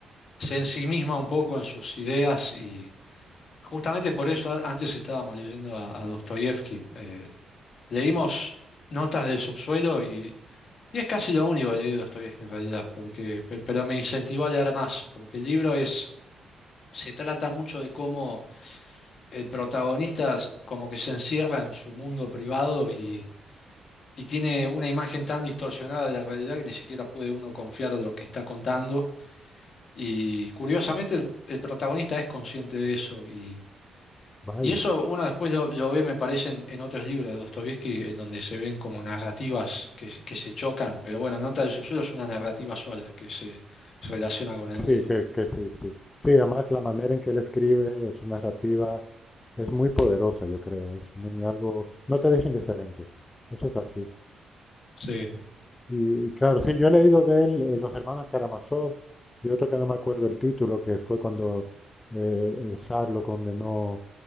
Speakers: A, on the left (about 55°); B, on the left (about 20°).
A: se ensimisma un poco en sus ideas, y justamente por eso a- antes estábamos leyendo a, a Dostoyevsky. Eh, leímos Notas del subsuelo y, y es casi lo único que leí de Dostoyevsky en realidad, porque, pe- pero me incentivó a leer más, porque el libro es, se trata mucho de cómo el protagonista s- como que se encierra en su mundo privado y, y tiene una imagen tan distorsionada de la realidad que ni siquiera puede uno confiar en lo que está contando. Y curiosamente el el protagonista es consciente de eso y,
B: Vaya.
A: y eso uno después lo, lo ve, me parece, en, en otros libros de Dostoyevsky, en donde se ven como narrativas que, se- que se chocan, pero bueno, Nota del Subsuelo es una narrativa sola que se, se relaciona con el
B: Sí,
A: mundo.
B: que, que sí, sí. Sí, además la manera en que él escribe, su narrativa, es muy poderosa, yo creo. Es muy algo... No te deja indiferente. Eso es así.
A: Sí,
B: Y claro, sí, yo he leído de él eh, Los Hermanos Karamazov y otro que no me acuerdo el título, que fue cuando eh, el zar lo condenó,